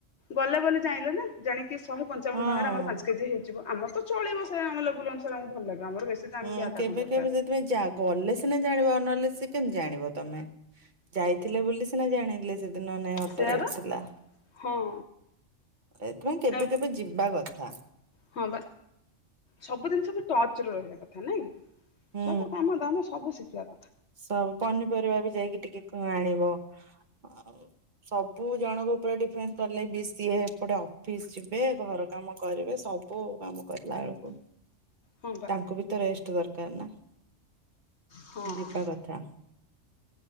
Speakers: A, on the left (about 60°); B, on the right (about 40°).
A: ଗଲେ ବୋଲି ଜାଣିଲେ ନା ଜାଣି କି ଶହେ ପଞ୍ଚାବନ
B: ହଁ
A: ଟଙ୍କାର ଆମର ପାଞ୍ଚ କେଜି ହେଇଯିବ ଆମ ତ ଚଳିବ ସେ ଆମ ଲେବୁଲ ଅନୁସାରେ ଆମକୁ ଭଲ ଲାଗିବ ଆମର ବେଶୀ ଦାମିକିଆ
B: ହୁଁ
A: ଅଟା
B: କେବେ
A: କଣ ଦରକାର।
B: କେବେ ସେଥିପାଇଁ ଜାଗ୍ ଗଲେ ସିନା ଜାଣିବ ନହେଲେ ସେ କେମିତି ଜାଣିବ ତମେ ଯାଇଥିଲେ ବୋଲି ସିନା ଜାଣିଲେ। ସେଦିନ ନାଇଁ ଅଟା
A: ସେୟା
B: ରେଟ
A: ବା
B: ଥିଲା।
A: ହଁ।
B: ଏଇଥିପାଇଁ କେବେ
A: ନା
B: କେବେ ଯିବା କଥା।
A: ହଁ ବା ସବୁ ଜିନିଷ ବି ଟଚ୍ ରେ ରହିବା କଥା ନାଇଁ କି।
B: ହୁଁ
A: ସବୁ କାମ ଦାମ ସବୁ ଶିଖିବା କ
B: ସବୁ ପନିପରିବା ବି ଯାଇକି ଟିକେ କ ଆଣିବ। ଆଉ ସବୁ ଜଣଙ୍କ ଉପରେ ଡିଫେଣ୍ଡ କଲେ ବି ସିଏ ଏପଟେ ଅଫିସ ଯିବେ ଘର କାମ କରିବେ ସବୁ କାମ କରିଲା ବେଳକୁ
A: ହଁ ବା
B: ତାଙ୍କୁ ବି ତ ରେଷ୍ଟ ଦରକାର ନା।
A: ହଁ
B: ଯିବା କଥା।